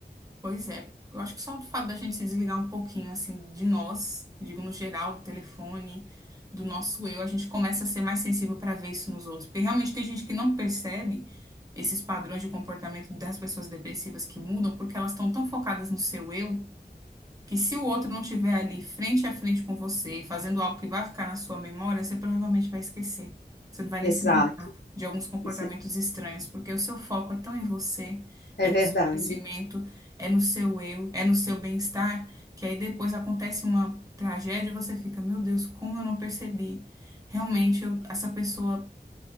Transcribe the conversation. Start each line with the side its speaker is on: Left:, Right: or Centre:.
Right: Pois é, eu acho que só o fato da gente se desligar um pouquinho, assim, de nós, digo no geral, do telefone, do nosso eu, a gente começa a ser mais sensível para ver isso nos outros. Porque realmente tem gente que não percebe esses padrões de comportamento das pessoas depressivas que mudam, porque elas estão tão focadas no seu eu que se o outro não tiver ali frente a frente com você, fazendo algo que vai ficar na sua memória, você provavelmente vai esquecer. Você não vai nem
Left: Exato,
Right: se lembrar de alguns comportamentos
Left: isso
Right: estranhos, porque o seu foco é tão em você,
Left: é
Right: é no
Left: verdade.
Right: seu crescimento, é no seu eu, é no seu bem-estar, que aí depois acontece uma tragédia e você fica, meu Deus, como eu não percebi? Realmente, eu- essa pessoa,